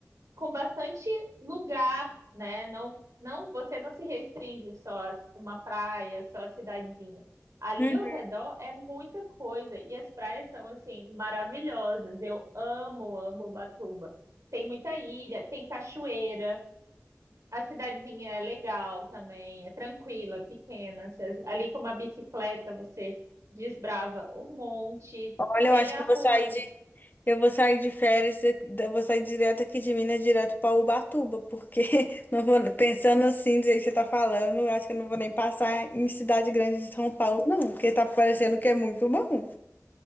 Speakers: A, on the right; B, on the left.
A: com bastante lugar, né? Não, não, você não se restringe só a uma praia, só a cidadezinha. Ali
B: Hum.
A: ao redor é muita coisa e as praias são assim maravilhosas. Eu amo, amo Ubatuba. Tem muita ilha, tem cachoeira. A cidadezinha é legal também, é tranquila, pequena. Você- Ali com uma bicicleta você desbrava um monte.
B: Olha,
A: Tem
B: eu acho
A: a
B: que eu
A: rua
B: vou sair
A: ali
B: de, eu vou sair de férias, eu vou sair direto aqui de Minas, direto para Ubatuba, porque <laughs> não vou, pensando assim, do jeito que você tá falando, eu acho que eu não vou nem passar em cidade grande de São Paulo, não, porque tá parecendo que é muito bom.